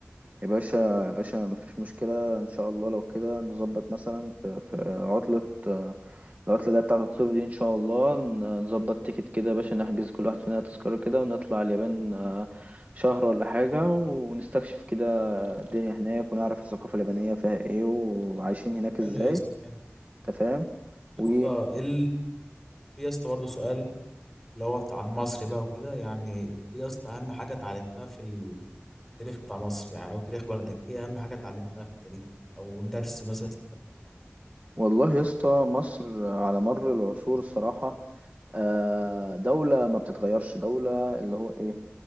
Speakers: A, on the right (about 35°); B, in the centre.
A: يا باشا يا باشا مفيش مشكلة إن شاء الله لو كده نظبط مثلا في, في عطلة آه، العطلة اللي هي بتاعة الصيف دي إن شاء الله ن- نظبط تيكت كده يا باشا نحجز كل واحد فينا تذكرة كده ونطلع اليابان آه، شهر ولا حاجة ونستكشف كده الدنيا هناك ونعرف الثقافة اليابانية فيها إيه وعايشين هناك إزاي
B: حلو يا اسطى يا
A: أنت فاهم و
B: اسطى ايه ال- في يا اسطى برضه سؤال اللي هو بتاع مصر بقى وكده يعني ايه يا اسطى اهم حاجه اتعلمتها في ال- في التاريخ بتاع مصر يعني او تاريخ بلدك ايه اهم حاجه اتعلمتها في التاريخ او درس مثلا استفدت
A: والله يا اسطى مصر على مر العصور الصراحة آه، دولة ما بتتغيرش دولة اللي هو إيه